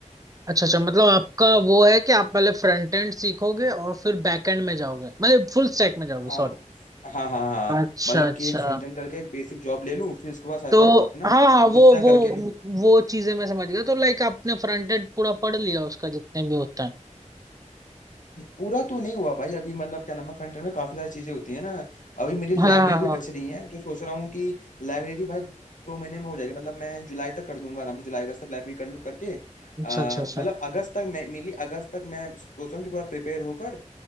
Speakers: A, on the right; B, on the left.
A: अच्छा अच्छा मतलब आपका वो है कि आप पहले फ्रंट एंड सीखोगे और फिर बैक एंड में जाओगे मतलब फुल स्टैक में जाओगे
B: हाँ
A: सॉरी
B: हाँ हाँ हाँ
A: अच्छा
B: मतलब
A: अच्छा
B: कि एक फ्रंट एंड करके एक बेसिक जॉब ले लूँ फिर उसके बाद साथ
A: तो
B: साथ अपना
A: हाँ हाँ
B: फुल
A: वो
B: स्टैक
A: वो
B: करके लूँ
A: वो चीजें मैं समझ गया तो लाइक आपने फ्रंट एंड पूरा पढ़ लिया उसका जितने भी होता है
B: पूरा तो नहीं हुआ भाई अभी मतलब क्या नाम है फ्रंट एंड में काफी सारी चीजें होती है ना अभी मेरी
A: हाँ
B: लाइब्रेरी
A: हाँ हाँ
B: बच रही है तो सोच रहा हूँ कि लाइब्रेरी भाई दो महीने में हो जाएगी मतलब मैं जुलाई तक कर दूंगा आराम से जुलाई अगस्त तक लाइब्रेरी कर लूँ करके
A: अच्छा
B: आ,
A: अच्छा अच्छा
B: मतलब अगस्त तक मैं मेनली अगस्त तक मैं सोच रहा हूँ कि पूरा प्रिपेयर होकर